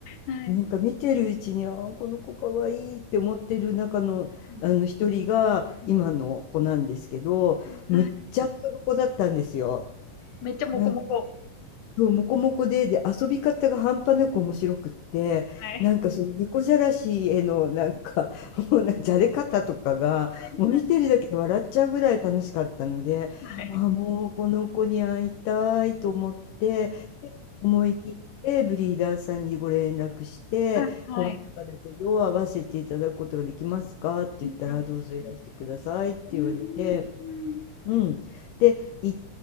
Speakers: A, on the left; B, on the left.
A: い。はい。
B: なんか見てるうちに、あーこの子可愛いいって思ってる中の、
A: うん、
B: あの一人が今の子なんですけど、
A: うん。
B: むっちゃ遊ぶ子だったんですよ。
A: はい。めっちゃモコモコ。
B: なんそう、モコモコで、で、遊び方が半端なく面白くって、
A: はい。
B: なんかその猫じゃらしへのなんか、
A: はい
B: <laughs> もうなんかじゃれ方とかが、
A: はい。
B: もう見てるだけで笑っちゃうぐらい楽しかったので、
A: はい。
B: ああ、もうこの子に会いたいと思って、で、思い切ってブリーダーさんにご連絡して、
A: はいはい。
B: コロナ禍だけど会わせていただくことができますかって言ったら、
A: うんうん。うんうん。
B: どうぞいらしてくださいって言われて、
A: うーん。
B: うん。で、行っ